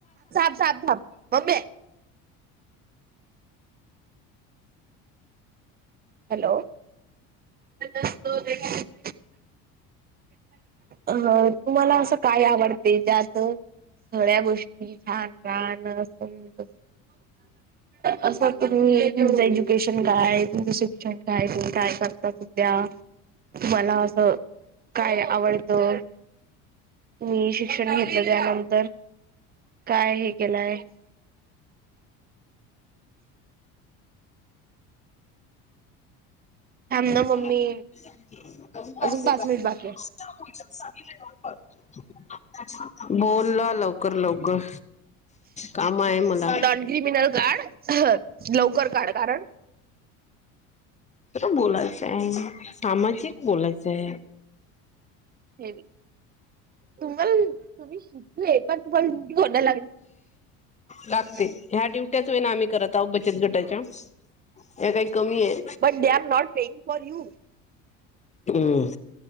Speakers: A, on the right; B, on the left.
A: <unintelligible> <inaudible> मम्मे हॅलो <unintelligible> अ तुमाला आसं काय आवडते ज्यात सगळ्या गोष्टी छान राहान असंत. असा तुमी तुमचं एज्युकेशन काय तुमचं शिक्षण काय तुमी काय करता सद्या? तुम्हाला असं काय आवडतं मी शिक्षण घेतलं त्यानंतर काय हे केलंय थांब ना
B: <unintelligible>
A: मम्मी अजून पाच मिनिट बाकी आहे
B: <inaudible> बोल ना लवकर लवकर कामय मला
A: नॉन क्रिमिनल कार्ड लवकर काढ कारण
B: बोलायचाय सामाजिक बोलायचंय
A: हे <unintelligible>
B: लागते ह्या ड्युट्याच नां आम्ही करत आहोत बचत गटाच्या. या काय कमी ऐ?
A: But they are not paying for you
B: hmm.